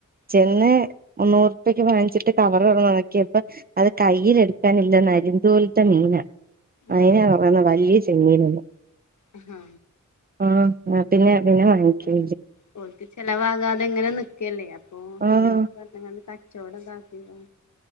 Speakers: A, on the right (about 30°); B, on the left (about 65°).
A: ചെന്ന്
B: ഉം
A: മന്നൂറ്പക്ക് വാങ്ങിച്ചിട്ട് കവറ് തുറന്നോക്കിയപ്പ അത് കയ്യില എടുക്കാനില്ല നരിന്തോലത്തെ മീനാണ് അയിനാ
B: ആഹ്
A: പറയുന്ന വലിയ ചെമ്മീനന്ന്
B: ആഹ്
A: ആഹ് ആഹ് പിന്നെ പിന്നെ വാങ്ങിക്ക
B: പോ ചെിലവാകാതെ എങ്ങനെ നക്കല്ലേ അപ്പൊ
A: ആഹ്
B: എന്തേലൊക്കെ കാരണങ്ങണ്ട് കച്ചവടം എന്താക്കിയോ